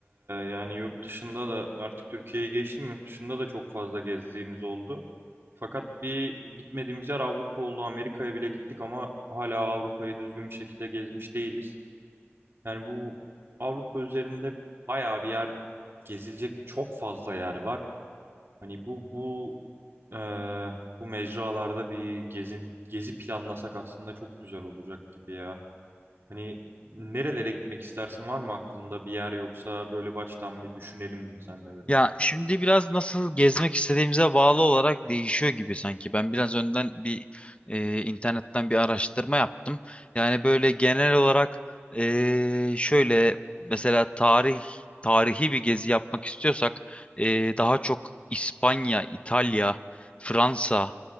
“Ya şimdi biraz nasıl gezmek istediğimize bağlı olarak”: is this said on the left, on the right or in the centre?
Left